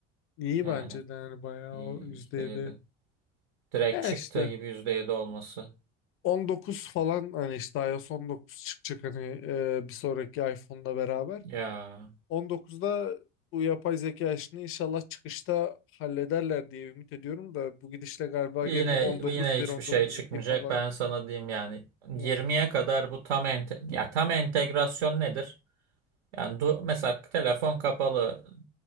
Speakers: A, on the left (about 40°); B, on the right (about 65°).
A: İyi
B: Yani
A: bence de yani bayağı
B: iyi
A: o %7.
B: yüzde yedi Direkt
A: Ya
B: çıktığı
A: işte
B: gibi %7 olması.
A: 19 falan hani işte iOS 19 çıkacak hani e, bir sonraki iPhone'la beraber.
B: Ya
A: 19'da bu yapay zeka işini inşallah çıkışta hallederler diye ümit ediyorum da bu gidişle galiba
B: Yine
A: gene 19.1,
B: yine hiçbir
A: 19.2
B: şey çıkmayacak.
A: falan.
B: Ben sana diyeyim yani 20'ye
A: Yani.
B: kadar bu tam ente ya tam entegrasyon nedir? Yani du mesela telefon kapalı